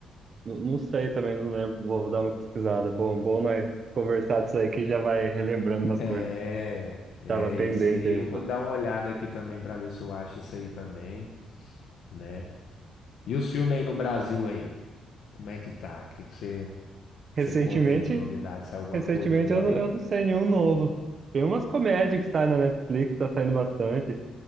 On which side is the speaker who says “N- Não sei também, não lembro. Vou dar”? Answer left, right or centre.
Right